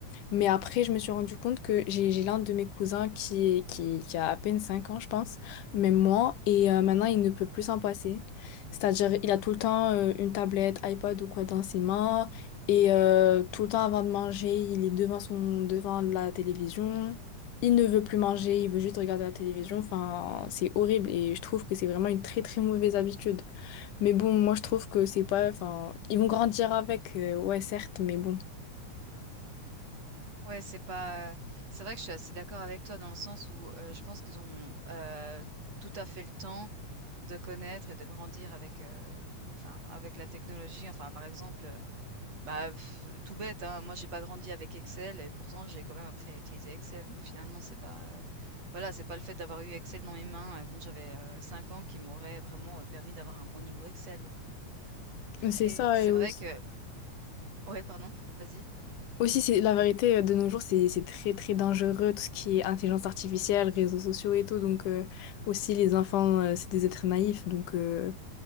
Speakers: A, on the left; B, on the right.
A: Mais après, je me suis rendu compte que j'ai j'ai l'un de mes cousins qui, est- qui, qui a à peine 5 ans, je pense, même moi, et euh, maintenant il ne peut plus s'en passer. C'est-à-dire, il a tout le temps euh, une tablette, iPad ou quoi dans ses mains, et euh, tout le temps avant de manger, il est devant son, devant la télévision. Il ne veut plus manger, il veut juste regarder la télévision. Enfin, c'est horrible et je trouve que c'est vraiment une très très mauvaise habitude. Mais bon, moi je trouve que c'est pas. Enfin, ils vont grandir avec, euh, ouais, certes, mais bon.
B: Ouais, c'est pas, heu c'est vrai que je suis assez d'accord avec toi dans le sens où, heu, je pense qu'ils ont, heu, tout à fait le temps de connaître et de grandir avec, heu, enfin, avec la technologie. Enfin, par exemple, Bah, pff, tout bête, hein, moi j'ai pas grandi avec Excel et pourtant j'ai quand même appris à utiliser Excel. Donc finalement, c'est pas, heu, voilà, c'est pas le fait d'avoir eu Excel dans mes mains, heu, quand j'avais, heu, 5 ans qui m'aurait vraiment, heu, permis d'avoir un bon niveau Excel
A: C'est
B: et
A: ça,
B: c'est
A: et
B: vrai
A: aussi.
B: que ouais, pardon? Vas-y.
A: Aussi, c'est la vérité, euh, de nos jours, c'est c'est très très dangereux, tout ce qui est intelligence artificielle, réseaux sociaux et tout. Donc, euh, aussi, les enfants, euh, c'est des êtres naïfs, donc euh,